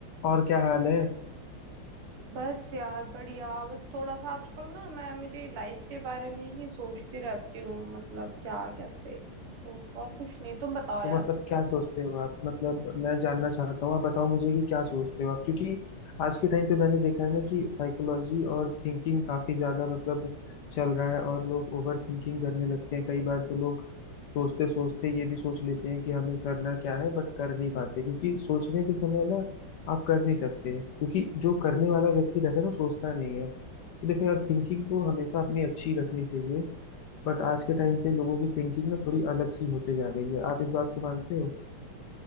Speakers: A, on the left (about 65°); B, on the right (about 80°).
A: और क्या हाल है
B: बस यार बढ़िया बस थोड़ा सा आजकल ना मैं मेरी लाइफ के बारे में ही सोचती रहती हूँ मतलब क्या कैसे तो और कुछ नहीं तुम बताओ
A: तो
B: यार
A: मतलब क्या सोचते हो आप मतलब मैं जानना चाहता हूँ आप बताओ मुझे कि क्या सोचते हो आप क्योंकि आज के टाइम पे मैंने देखा है ना कि साइकोलॉजी और थिंकिंग काफी ज्यादा मतलब चल रहा है और लोग ओवर थिंकिंग करने लगते हैं कई बार तो लोग सोचते सोचते ये भी सोच लेते हैं कि हमें करना क्या है बट कर नहीं पाते क्योंकि सोचने के समय ना आप कर नहीं सकते क्योंकि जो करने वाला व्यक्ति रहता है ना वो सोचता नहीं है तो देखो यार थिंकिंग तो हमेशा अपनी अच्छी रखनी चाहिए बट आज के टाइम पे लोगों की थिंकिंग ना थोड़ी अलग सी होते जा रही है आप इस बात को मानते हो